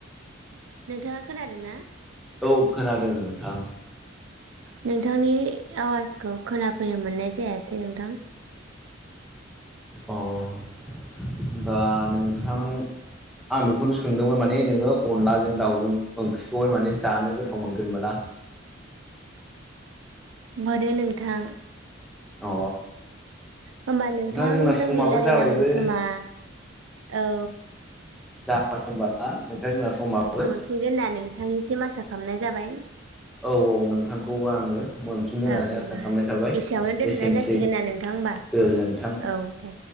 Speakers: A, on the right; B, in the centre.
A: नोंथाङा खोनादों ना?
B: औ खोनादों नोंथां।
A: नोंथांनि आवाजखौ खोनाफैनो मोननाय जायासै नोंथां।
B: अ होमबा नोंथां आं बेखौनो सोंदोंमोन माने नोङो अनलाजों दाउजों ओंख्रिखौहाय माने जानो गोथाव मोनगोन मोना?
A: मोनो लोंथां।
B: अ
A: होमबा नोंथां
B: जोंना समाबो
A: जोंनि लारायनांगौ
B: जाबायबो
A: समा औ
B: जाबाय होनबा ना नोंथां जोंना समाबो।
A: फिनगोन होनना नोंथांनिसिम आसा खामनाय जाबाय।
B: औ औ नोंथांखौबो आङो मोनफिनगोन
A: ओं
B: होननानै
A: होमबा
B: आसा खामनाय थाबाय
A: एसेयावनो दोनथ'नाय
B: एसेनोसै
A: जासिगोन ना नोंथां होमबा
B: गोजोनथों।
A: औ दे